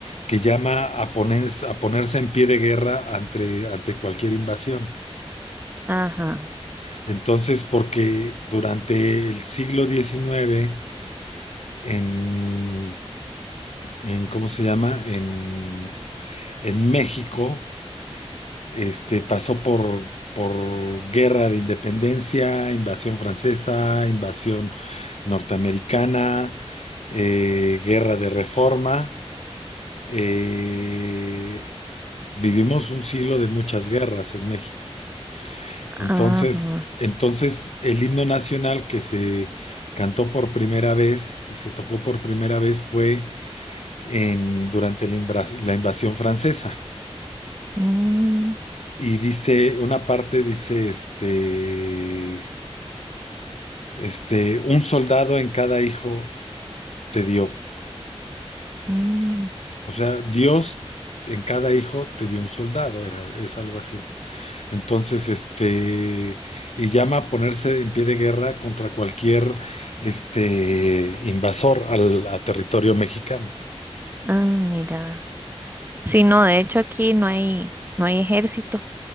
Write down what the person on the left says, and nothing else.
que llama a, pones- a ponerse en pie de guerra ante, ante cualquier invasión.
Entonces, porque durante el siglo XIX, en, en ¿cómo se llama? En, en México, este, pasó por, por guerra de independencia, invasión francesa, invasión norteamericana, eh, guerra de reforma. eh, vivimos un siglo de muchas guerras en México. Entonces,
entonces el himno nacional que se cantó por primera vez y se tocó por primera vez fue en, durante la, invas- la invasión francesa.
Y dice, una parte dice, este, este, un soldado en cada hijo te dio.
O sea, Dios en cada hijo te dio un soldado, era, es algo así. Entonces, este, y llama a ponerse en pie de guerra contra cualquier, este, invasor al a territorio mexicano.